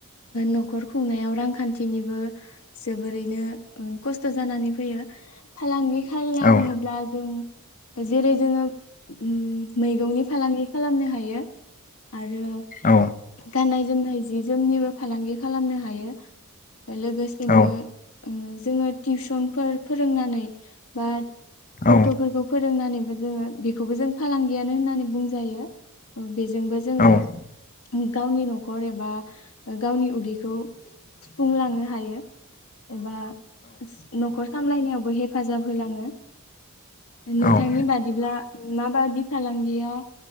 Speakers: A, on the left; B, on the left.
A: न'खर खुंनायाव रांखान्थिनिबो जोबोरैनो ओ खस्थ जानानै फैयो फालांगि खालामोब
B: औ
A: आजों जेरै जोङो उम मैगंनि फालांगि खालामनो हायो आरो
B: औ
A: गाननाय जोमनाय जि जोमनिबो फालांगि खालामनो हायो । लोगोसेनो
B: औ
A: उम जोङो टिउसनफोर फोरोंनानै बा गथ'फोरखौ
B: औ
A: फोरोंनानै जोङो बेखौबो जों फालांगियानो होननानै बुंजायो ओम बेजोंबो जोङो
B: औ
A: गावनि न'खर एबा गावनि उदैखौ सुफुंलांनो हायो एबा न'खर सामलायनायावबो हेफाजाब होलाङो नोंथांनि
B: औ
A: बादिब्ला माबादि फालांगिया